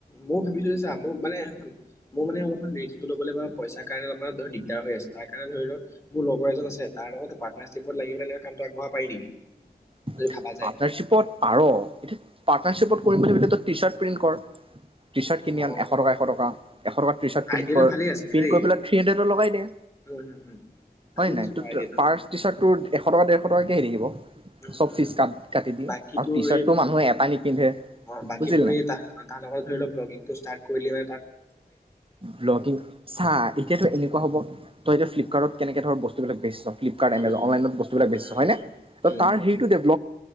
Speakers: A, on the left; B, on the right.
A: মই ভাবিছো ছা মোৰ মানে মোৰ মানে অলপমান ৰিক্টো ল'ব পইচাৰ কাৰণ অলপ দিগদাৰ হৈ আছে তাৰণে ধৰি লও মোৰ লগৰ এজন আছে তাৰ লগতে পাটণাৰচিপ লাগিব কামটো আগবঢ় পাৰি নেকি?
B: পাৰ্টনাৰশ্বিপত
A: যদি ভাবা যায়
B: পাৰ। পাৰ্টনাৰশ্বিপত কৰিম বুলি তই টি চাৰ্ট প্ৰিণ্ট কৰ। টি চাৰ্ট কিনি
A: অ
B: আন এশ টকা এশ টকা এশ টকা টি চাৰ্ট প্ৰিন্ট
A: আইডিয়াটো
B: কৰ
A: ভালেই
B: প্ৰিন্ট
A: আছে কিন্তু দেই
B: কৰি পেলাই থ্ৰী হাণ্ড্ৰেডত লগাই দিয়ে
A: উম উম উম ভালে
B: হয়ে
A: দিছে
B: নাই
A: বাৰু
B: ত
A: আইডিয়াটো
B: পাৰ্চ টি চাৰ্ট এশ টকা ডেৰশ কে থাকিব।
A: উ
B: চব
A: উ
B: ফিজ কাট কাটি দি
A: বাকী
B: আৰু
A: তোৰ
B: টি চাৰ্টটো
A: এই
B: মানুহে এটা নিপিন্ধে
A: অ বাকী
B: বুজিলি
A: তৰ
B: নাই
A: এই তাৰ লগত ধৰি লও্লিংটো াৰ্ট কৰি ম
B: ব্লং চাহ এতিয়াতো এনেকুৱা হ'ব তই যে ফিপকাৰ্ট কেনেকে ধৰ বস্তুবিলাক বেছ ফ্লিপকাৰ্ট
A: উম
B: এমেজন অনলাইন বস্তুবিলাক
A: উম উম
B: বেচিছ
A: উম উম উম
B: হয় ন?
A: উম
B: ত
A: উম
B: তাৰ হেৰিটো ডে ভ